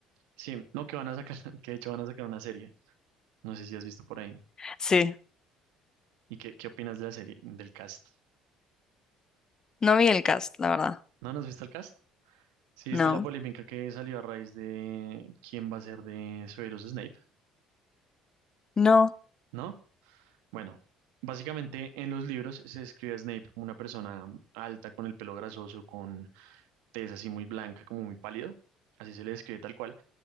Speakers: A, on the right; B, on the left.
A: sí, no, que van a sacar, <laughs> que de hecho van a sacar una serie, no sé si has visto por ahí.
B: Sí,
A: ¿Y qué, qué opinas de la serie, del cast?
B: no vi el cast, la verdad.
A: ¿No, no has visto el cast? Sí, viste
B: No,
A: la polémica que salió a raíz de quién va a ser de Severus Snape.
B: no.
A: ¿no? Bueno, básicamente en los libros se describe a Snape como una persona alta, con el pelo grasoso, con tez así muy blanca, como muy pálido. Así se le describe tal cual.